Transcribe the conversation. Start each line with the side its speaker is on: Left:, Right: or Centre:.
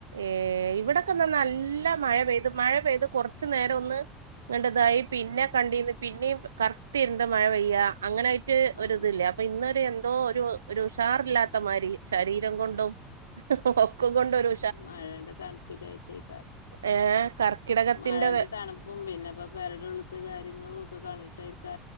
Right: എയ്‌ ഇവിടെക്കെന്ന നല്ല മഴ പെയ്ത് മഴ പെയ്ത് കൊറച്ച് നേരം ഒന്ന് ദേണ്ടെ ദാ ഇ പിന്നെ കണ്ടീന്ന് പിന്നെയും കർത്തിര്ണ്ട് മഴ പെയ്യാ. അങ്ങനായ് റ്റ്
Left: അങ്
Right: ഒരിതില്ല. അപ്പൊ ഇന്നൊരു എന്തോ ഒരു ഒരു ഉഷാറില്ലാത്തമാതിരി ശരീരം കൊ ണ്ടും ഒക്കെ കൊണ്ടൊരു
Left: മഴന്റെ തൺപ്പില്ലായിറ്റെക്കാരം.
Right: ഏ കർക്കിടകത്തിന്റെ
Left: മഴന്റെ ത ണുപ്പും പിന്നെപ്പ പെരേടുള്ള്ത്തെ കാര്യങ്ങളും ഒക്കെ കണ്ടിട്ടെയ്ക്കാ